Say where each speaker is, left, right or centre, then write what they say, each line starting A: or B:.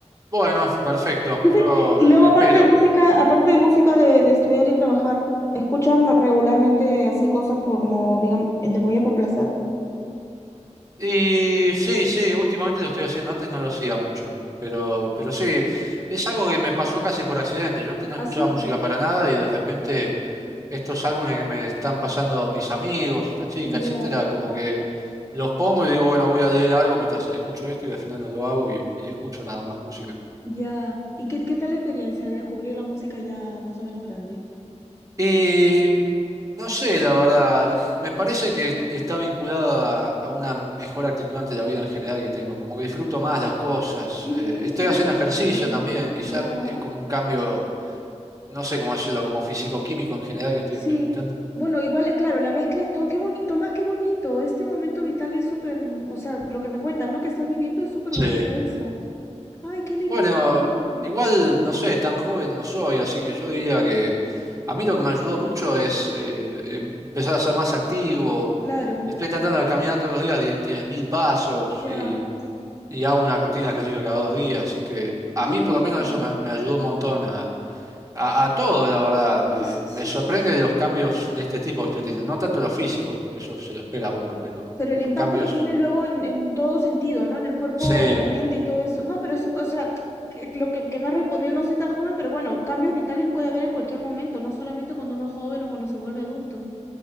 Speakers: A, on the right; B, on the left.
A: Bueno, perfecto,
B: <laughs>
A: yo
B: Y
A: espero.
B: luego, aparte de música, aparte de música de, de estudiar y trabajar, ¿escuchan regularmente así cosas por como, digamos, entre comillas, por placer?
A: Y sí, sí, últimamente lo estoy haciendo, antes no lo hacía mucho, pero, pero sí, es algo que me pasó casi por accidente. Yo antes no
B: Así.
A: escuchaba música para nada y de repente estos álbumes que me están pasando mis amigos, esta chica,
B: Ya,
A: etcétera, como que los pongo y digo, bueno, voy a leer algo mientras escucho esto y al final no lo hago y, y escucho nada más música.
B: ya. ¿Y qué, qué tal la experiencia de descubrir la música ya más o menos grande?
A: Y no sé, la verdad, me parece que está vinculada a a una mejor actitud ante la vida en general que tengo, como que disfruto más las cosas,
B: Qué
A: eh,
B: bien,
A: estoy
B: qué
A: haciendo
B: bonito.
A: ejercicio también, quizás
B: Ya,
A: es como un cambio, no sé cómo decirlo, como físico-químico en general que estoy
B: sí.
A: experimentando.
B: Bueno, igual es claro, la mezcla de todo, qué bonito, más qué bonito. Este momento vital es súper, mm, o sea, lo que me cuentas, ¿no? Que estás viviendo es súper
A: Sí.
B: bonito eso. Ay, qué alegría,
A: Bueno,
B: Fernando.
A: igual, no sé, tan joven no soy, así que yo diría que a mí lo que me ayudó mucho es eh, em- empezar a ser más activo.
B: Claro,
A: Estoy tratando de caminar todos los días die- 10.000 pasos
B: ya,
A: y, y hago una rutina de ejercicio cada dos días, así que a
B: qué
A: mí
B: bien.
A: por lo menos eso me, me ayudó un montón a, a, a todo, la verdad. Eh,
B: Sí, sí,
A: me
B: sí,
A: sorprende
B: sí, sí.
A: los cambios de este tipo que estoy teniendo, no tanto los físicos, porque eso se lo espera a uno, pero
B: Pero
A: los
B: el impacto
A: cambios,
B: que tiene luego en, en todo sentido, ¿no? En el cuerpo,
A: sí, eh,
B: en la mente y todo eso. No, pero es súper o sea, que- lo que, que me has respondido, no soy tan joven, pero bueno, cambios vitales puede haber en cualquier momento, no solamente cuando uno es joven o cuando se vuelve adulto.